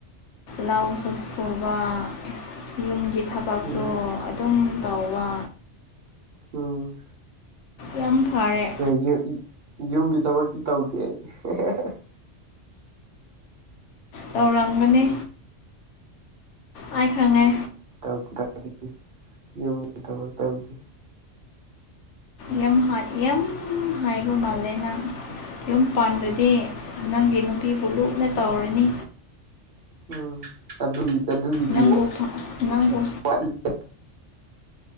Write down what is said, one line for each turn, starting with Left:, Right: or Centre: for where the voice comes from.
Left: ꯂꯧꯁꯨ ꯁꯨꯕꯥ꯫ ꯌꯨꯝꯒꯤ ꯊꯕꯛꯁꯨ
Right: ꯎꯝ
Left: ꯑꯗꯨꯝ ꯇꯧꯕꯥ꯫
Right: ꯎꯝ
Left: ꯌꯥꯝ ꯐꯥꯔꯦ꯫
Right: <unintelligible> ꯌꯨꯝꯒꯤ ꯊꯕꯛꯇꯤ ꯇꯧꯗꯦ ꯑꯩ <unintelligible>
Left: ꯇꯧꯔꯝꯒꯅꯤ꯫ ꯑꯥꯏ ꯈꯪꯉꯦ꯫
Right: ꯇꯥꯎꯗꯦ ꯇꯥꯎꯗꯦ ꯌꯨꯝꯒꯤ ꯊꯕꯛ ꯊꯥꯎꯗꯦ꯫
Left: ꯌꯥꯝ ꯍꯥꯏ ꯌꯥꯝ ꯍꯥꯏꯕ ꯃꯥꯜꯂꯦ ꯅꯪ꯫ ꯌꯨꯝ ꯄꯥꯟꯔꯗꯤ ꯅꯪꯒꯤ ꯅꯨꯄꯤꯕꯨ ꯂꯨꯅ ꯇꯧꯔꯅꯤ꯫
Right: ꯎꯝ ꯑꯗꯨꯒꯤ ꯑꯗꯨꯒꯤꯗꯤ
Left: ꯅꯪꯕꯨ
Right: ꯋꯥꯠ
Left: ꯅꯪꯕꯨ
Right: ꯋꯥꯠꯂꯤꯗ꯫